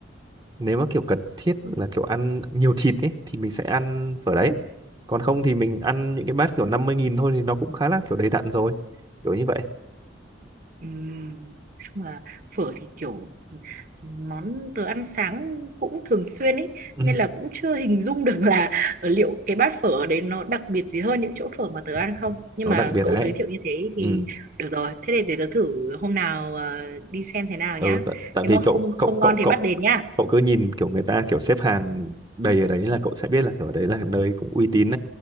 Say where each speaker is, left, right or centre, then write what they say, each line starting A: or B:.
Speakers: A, on the right (about 25°); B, on the right (about 45°).
A: nếu mà kiểu cần thiết là kiểu ăn nhiều thịt ấy thì mình sẽ ăn phở đấy còn không thì mình ăn những cái bát kiểu năm mươi nghìn thôi thì nó cũng khá là kiểu đầy đặn rồi kiểu như vậy
B: Ừm, nói chung là phở thì kiểu món tớ ăn sáng cũng thường xuyên ấy
A: ừ.
B: nên là cũng chưa hình dung được là <laughs> ở liệu cái bát phở ở đấy nó đặc biệt gì hơn những chỗ phở mà tớ ăn không nhưng
A: nó
B: mà
A: đặc biệt
B: cậu
A: đấy
B: giới thiệu như thế thì
A: ừ.
B: được rồi thế thì để tớ thử hôm nào ờ, đi xem thế nào
A: ừ
B: nhá
A: tại, tại
B: nếu
A: vì
B: mà không
A: cậu cậu
B: không ngon
A: cậu
B: thì
A: cậu
B: bắt đền nhá
A: cậu cứ nhìn kiểu người ta kiểu xếp hàng đầy ở đấy là cậu sẽ biết là kiểu ở đấy là nơi cũng uy tín